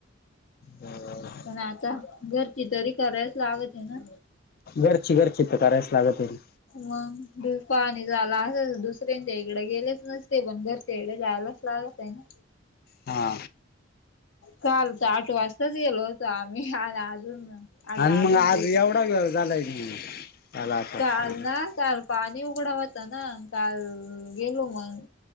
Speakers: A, on the left; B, on the left.
A: ह.
B: पण आता, घरची तरी करायच लागत आहे ना.
A: घरची घरची तर करायच लागतीन.
B: मग. <unintelligible> दुसऱ्यांच्या इकडं गेलेच नसते पण बर तेेडे जायलाच लागत आहे ना.
A: हा.
B: काल तर आठ वाजताच गेलो होतो आम्ही. आन अजून आता
A: आन
B: अजून
A: मग आज
B: गेलोच
A: एवढा
B: नाही
A: वेळ झालाय त्याला आता
B: काल
A: पाणी
B: ना? काल पाणी उघडा होता ना, काल गेलो मग.